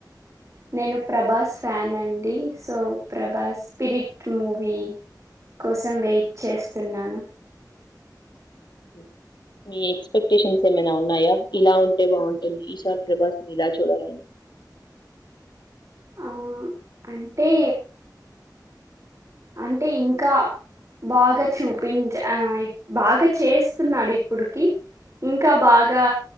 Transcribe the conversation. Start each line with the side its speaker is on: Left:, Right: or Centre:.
Right: నేను ప్రభాస్ ఫ్యాన్ అండి. సో ప్రభాస్ స్పిరిట్ మూవీ కోసం వెయిట్ చేస్తున్నాను.
Left: ఉ మీ ఎక్స్పెక్టేషన్స్ ఏమైనా ఉన్నాయా? ఇలా ఉంటే బాగుంటుంది. ఈసార్ ప్రభాస్ ని ఇలా చూడాల
Right: ఆ అంటే అంటే ఇంకా బాగా చూపించ ఆ బాగా చేస్తున్నాడు ఇప్పుడుకి, ఇంకా బాగా